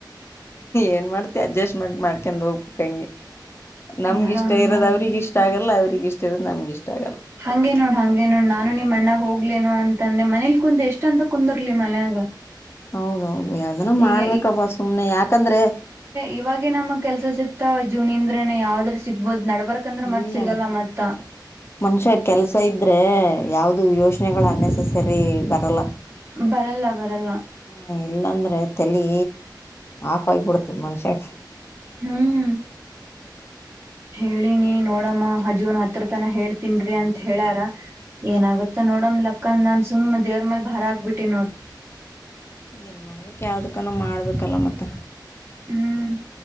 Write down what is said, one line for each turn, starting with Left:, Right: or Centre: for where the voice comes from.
Left: ಏನ್ ಮಾಡ್ತಿ ಅಡ್ಜಸ್ಟ್ಮೆಂಟ್ ಮಾಡ್ಕೊಂಡ್ ಹೋಗ್ಬೇಕುಂಗೆ
Right: ಮತ್
Left: ನಮ್ಗ
Right: ಏನಾರ
Left: ಇಷ್ಟ
Right: ಒಂದ್
Left: ಇರೋದ
Right: ಮಾಡ್ಬೇಕು
Left: ಅವ್ರಿಗ ಇಷ್ಟ ಆಗಲ್ಲ ಅವ್ರಿಗ ಇಷ್ಟ ಇರೋದ್ ನಮ್ಗ ಇಷ್ಟ ಆಗಲ್ಲ
Right: ಹಂಗೆ ನೋಡ್ ಹಂಗೆ ನೋಡ್ ನಾನು ನಿಮ್ ಅಣ್ಣಾಗ ಹೋಗ್ಲೇನು ಅಂತ ಅಂದೆ ಮನೇಲಿ ಕುಂತ ಎಷ್ಟ ಅಂತ ಕುಂದರ್ಲಿ ಮನ್ಯಾಗ
Left: ಹೌದೌದು ಯದನ್ನು ಮಾಡ್ಬೇಕಪ್ಪ
Right: ಈಗ
Left: ಸುಮ್ನೆ ಯಾಕಂದ್ರೆ
Right: ಇವಾಗೇ ನಮ್ ಕೆಲ್ಸ ಸಿಕ್ತಾವ ಜೂನ್ ಇಂದ್ರೇನ ಯಾವ್ದ್ರ ಸಿಗ್ಬಹದು ನಡ್ಬಾರ ಯಾಕಂದ್ರೆ ಮತ್
Left: ಇಲ್ಲ
Right: ಸಿಗಲ್ಲ ಮತ್ತ
Left: ಮನುಷ್ಯ ಕೆಲ್ಸ ಇದ್ರೆ ಯಾವವು್ದ ಯೋಜನೆಗಳು ಅನ್ೆಸಸರಿ ಬರಲ್ಲ
Right: ಬರಲ್ಲ ಬರಲ್ಲ
Left: ಹ ಇಲ್ಲಾಂದ್ರೆ ತೆಲಿ ಆಫ್ ಆಗಿಬಿಡ್ತದ ಮನುಷ್ಯ
Right: ಹ್ಮ್ ಹೇಳಿನಿ ನೋಡಮ್ಮ ಅಜುನ್ ಹತ್ರ ತನ ಹೇಳ್ತನ್ ಅಂತ ಹೇಳಾರ ಏನಾಗಗುತ್ತ ನೋಡ್ ಲಕ್ಕಂದ ನಂದ ಸು್ ದವ್ರ ಮೇಲ್ ಭಾರ ಆಗ್ಬಿಟ್ಟಿ ನೋಡ್
Left: ಏನ್ ಮಾಡ್ಬೇಕು ಯಾವ್ದಕ್ಕಾನ ಮಾಡ್ಬೇಕಲ್ಲ ಮತ್ತ
Right: ಹ್ಮ್